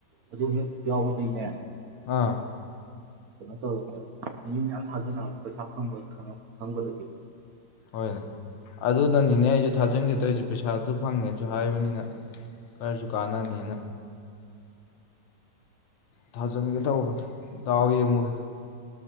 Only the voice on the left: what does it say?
ꯑꯥ
ꯍꯣꯏꯅꯦ ꯑꯗꯨꯅꯅꯤꯅꯦ ꯑꯩꯁꯨ ꯊꯥꯖꯤꯟꯒꯦ ꯇꯧꯔꯤꯁꯦ ꯄꯩꯁꯥꯗꯨ ꯐꯪꯉꯦꯁꯨ ꯍꯥꯏꯕꯅꯤꯅ ꯈꯔꯁꯨ ꯀꯥꯟꯅꯅꯤꯅ ꯊꯥꯖꯤꯟꯒꯦ ꯇꯧꯕꯅꯦ ꯗꯥꯎ ꯌꯦꯡꯉꯨꯒꯦ